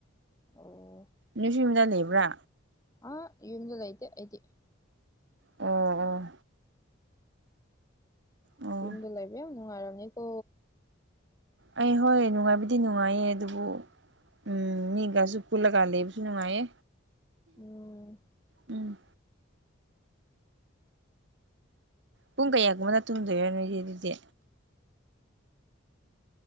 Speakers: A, on the left; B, on the right.
A: ꯑꯣ
B: ꯅꯣꯢꯁꯨ ꯌꯨꯝꯗ ꯂꯩꯕ꯭ꯔꯥ
A: ꯑꯍꯥ ꯌꯨꯝꯗ ꯂꯩꯇꯦ ꯑꯩꯗꯤ
B: ꯑꯣ ꯑꯣ ꯑꯣ
A: ꯌꯨꯝꯗ ꯂꯩꯕ ꯌꯥꯝ ꯅꯨꯡꯉꯥꯢꯔꯝꯅꯤꯀꯣ
B: ꯑꯩ ꯍꯣꯏ ꯅꯨꯡꯉꯥꯏꯕꯗꯤ ꯅꯨꯡꯉꯥꯏꯌꯦ ꯑꯗꯨꯕꯨ ꯎꯝ ꯃꯤꯒꯥꯁꯨ ꯄꯨꯨꯜꯂꯒꯥ ꯂꯩꯕꯁꯨ ꯅꯨꯡꯉꯥꯏꯌꯦ
A: ꯎꯝ
B: ꯎꯝ ꯄꯨꯡ ꯀꯌꯥꯒꯨꯝꯕꯗ ꯇꯨꯝꯗꯣꯏꯔ ꯅꯣꯏꯗꯤ ꯑꯗꯨꯗꯤ